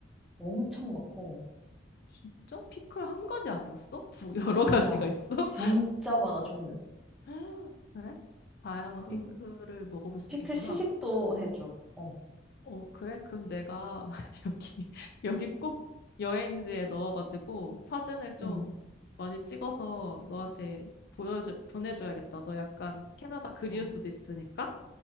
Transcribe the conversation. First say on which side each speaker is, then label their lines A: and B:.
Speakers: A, in the centre; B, on the left.
A: 엄청 많고.
B: 진짜? 피클 한 가지 아니었어? 두 <laughs> 여러
A: 아니야.
B: 가지가 있어?
A: 진짜
B: <gasps>
A: 많아 종류.
B: <laughs> 그래? 다양한
A: 그
B: 피클을 먹어볼 수
A: 피클
B: 있겠구나.
A: 시식도 해줘. 어,
B: 어, 그래? 그럼 내가 <laughs> 여기 여기 꼭 여행지에 넣어가지고 사진을 좀
A: 응.
B: 많이 찍어서 너한테 보여줘 보내줘야겠다. 너 약간 캐나다 그리울
A: 어,
B: 수도 있으니까